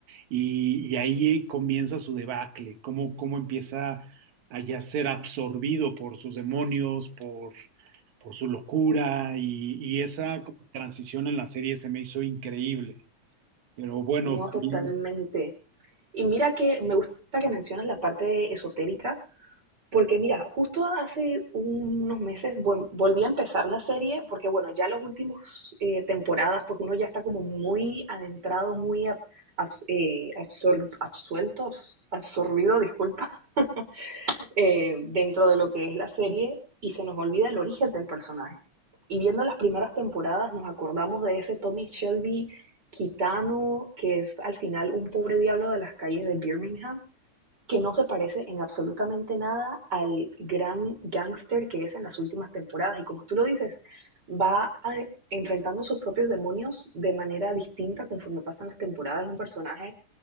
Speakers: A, on the right; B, on the right.
A: Y, y ahí comienza su debacle, cómo, cómo empieza a ya ser absorbido por sus demonios, por, por su locura. Y, y esa como transición en la serie se me hizo increíble. Pero bueno,
B: No totalmente.
A: también
B: Y mira que me gusta que mencionas la parte esotérica, Porque mira, justo hace unos meses vuel- volví a empezar la serie, porque bueno, ya las últimas temporadas, pues uno ya está como muy adentrado, muy ab- abs- eh, absor- absuelto, abs- absorbido, disculpa, <laughs> eh, dentro de lo que es la serie y se nos olvida el origen del personaje. Y viendo las primeras temporadas nos acordamos de ese Tommy Shelby gitano que es al final un pobre diablo de las calles de Birmingham que no se parece en absolutamente nada al gran gángster que es en las últimas temporadas. Y como tú lo dices, va a- enfrentando sus propios demonios de manera distinta conforme pasan las temporadas. Es un personaje